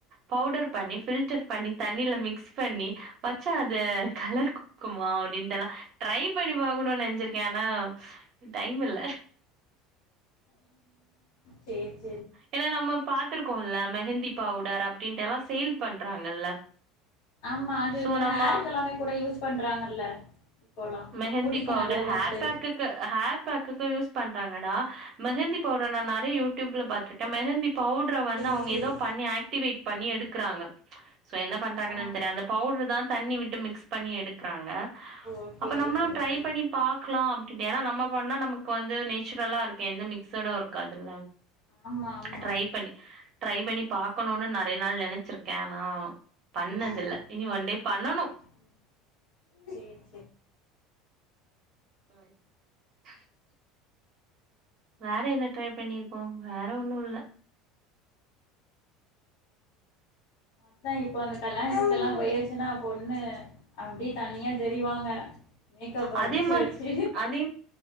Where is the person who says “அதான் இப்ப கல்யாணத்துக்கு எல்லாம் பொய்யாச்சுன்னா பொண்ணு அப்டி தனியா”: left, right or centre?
Left